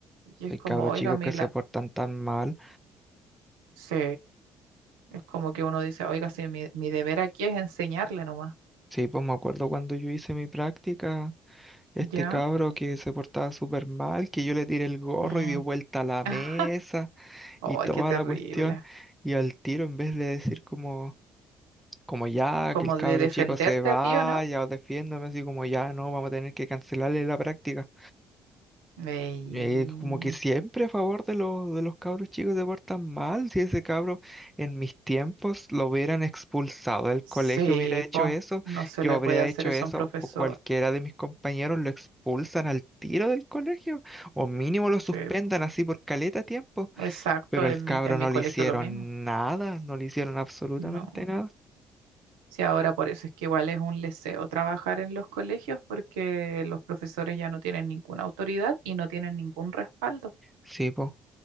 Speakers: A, on the right (about 75°); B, in the centre.
A: Y es
B: Hay
A: como,
B: cabros
A: oiga,
B: chicos
A: Mila,
B: que se portan tan mal.
A: sí. Es como que uno dice, oiga, si mi, mi deber aquí es enseñarle nomás.
B: Sí, pues me acuerdo cuando yo hice mi práctica, este
A: ¿Ya?
B: cabro que se portaba súper mal, que yo le tiré el gorro
A: Mm.
B: y dio vuelta a la mesa
A: <laughs> Ay,
B: y toda
A: qué terrible.
B: la cuestión. Y al tiro, en vez de decir como, como ya,
A: Como
B: que el cabro
A: de defenderte
B: chico se vaya
A: a ti, ¿o no?
B: o defiéndame, así como ya, no, vamos a tener que cancelarle la práctica.
A: Ey,
B: Eh, como que siempre a favor de los, de los cabros chicos se portan mal. Si ese cabro en mis tiempos lo hubieran expulsado del
A: Sí,
B: colegio, hubiera hecho
A: po.
B: eso,
A: No se
B: yo
A: le
B: habría
A: puede hacer
B: hecho
A: eso
B: eso,
A: a un profesor.
B: o cualquiera de mis compañeros lo expulsan al tiro del colegio, o mínimo lo suspendan
A: Sí, po.
B: así por caleta tiempo.
A: Exacto,
B: Pero
A: en
B: el cabro
A: mi, en mi
B: no
A: colegio
B: le hicieron
A: lo mismo.
B: nada, no le hicieron absolutamente
A: No.
B: nada.
A: Sí, ahora por eso es que igual es un leseo trabajar en los colegios porque los profesores ya no tienen ninguna autoridad y no tienen ningún respaldo.
B: Sí, po,